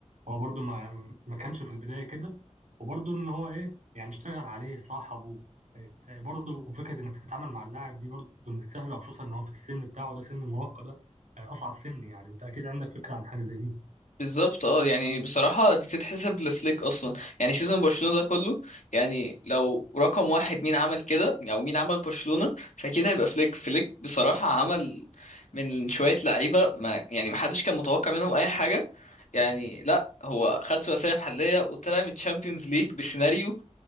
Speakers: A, on the right; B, on the left.
A: هو برضه ما ما كانش في البداية كده وبرضه إن هو إيه يعني اشتغل عليه صاحبه ات- برضه فكرة إنك تتعامل مع اللاعب دي برضه مش سهلة وخصوصا إن هو في السن بتاعه ده سن المراهقة ده آه، أصعب سن يعني أنت أكيد عندك فكرة عن حاجة زي دي
B: بالظبط اه يعني بصراحة دي تتحسب لفليك أصلا يعني سيزون برشلونة ده كله يعني لو رقم واحد مين عمل كده أو مين عمل برشلونة فكده يبقى فليك فليك بصراحة عمل من شوية لعيبة ما يعني محدش كان متوقع منهم أي حاجة يعني لا هو خد ثلاثية محلية وطلع من الشامبيونز ليج بسيناريو